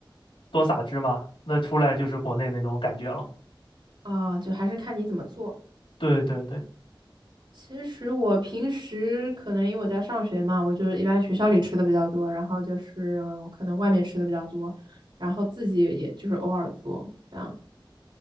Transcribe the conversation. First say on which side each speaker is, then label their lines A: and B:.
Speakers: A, on the left; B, on the right.
A: 多撒芝麻，那出来就是国内那种感觉了。
B: 啊，就还是看你怎么做。
A: 对对对，
B: 其实我平时可能因为我在上学嘛，我就一般学校里吃的比较多，然后就是我可能外面吃的比较多，然后自己也就是偶尔做这样。